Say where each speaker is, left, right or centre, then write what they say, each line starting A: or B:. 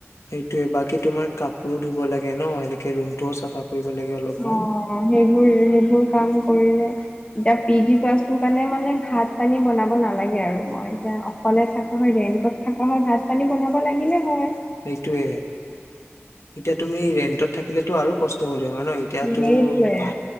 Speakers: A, on the left; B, on the left.
A: সেইটোয়ে বাকী তোমাৰ কাপোৰো ধুব লাগে ন এনেকে ৰুমটোও চাফা কৰিব লাগে অলপমান
B: অ সেইবোৰ সেইবোৰ কাম কৰিলে এতিয়া পি জি ক্লাছটো কাৰণে মানে ভাত পানী বনাব নালাগে আৰু মই এতিয়া অকলে থাকা হয় ৰেণ্টত থকা হয় ভাত পানী বনাব লাগিলে হয়
A: সেইটোৱে এতিয়া তুমি ৰেন্টত থাকিলেটো আৰু কষ্ট হলে হয় ন এতিয়াতো
B: সেইটোৱে।
A: ভা